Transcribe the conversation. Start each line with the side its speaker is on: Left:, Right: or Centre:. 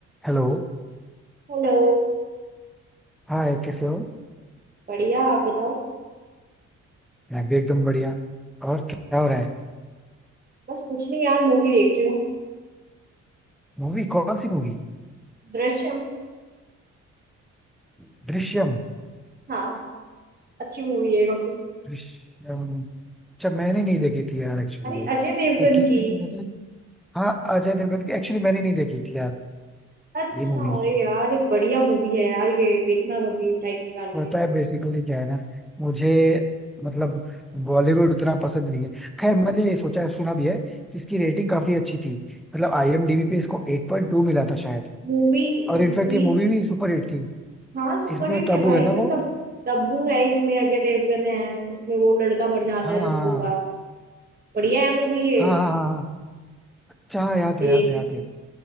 Centre: Hello
Right: Hello
Centre: Hi कैसे हो
Right: बढ़िया आप बताओ
Centre: मैं भी एकदम बढ़िया और क्या हो रहा है
Right: बस कुछ नहीं यार मूवी देख रही हूँ
Centre: मूवी कौन सी मूवी
Right: दृश्यम
Centre: दृश्यम
Right: हाँ अच्छी मूवी है काफी
Centre: दृश्यम अच्छा मैंने नहीं देखी थी यार एक्चुअली
Right: अरे
Centre: ये
Right: अजय देवगन
Centre: ये किसकी
Right: की
Centre: थी वैसे हाँ अजय देवगन की एक्चुअली मैंने नहीं देखी थी यार
Right: अच्छा
Centre: ये मूवी
Right: अरे यार एक बढ़िया मूवी है यार ये देखना कभी टाइम निकाल
Centre: पता
Right: के
Centre: है बेसिकली क्या है ना मुझे मतलब बॉलीवुड उतना पसंद नहीं है खैर मैंने ये सोचा सुना भी है कि इसकी रेटिंग काफी अच्छी थी मतलब आईएमडीबी पे इसको 8.2 मिला था शायद
Right: Movie
Centre: और इनफैक्ट
Right: movie
Centre: ये मूवी भी सुपर हिट थी
Right: हाँ सुपरहिट
Centre: इसमें तब्बू
Right: है भाई
Centre: है ना
Right: मतलब
Centre: वो
Right: तब्बू है इसमें अजय देवगन है इसमें वो लड़का मर जाता
Centre: हाँ
Right: है तब्बू
Centre: हाँ हाँ।
Right: का बढ़िया है मूवी ये
Centre: हाँ हाँ हाँ हाँ। अच्छा हाँ, याद
Right: अभी
Centre: है याद
Right: एक
Centre: है याद है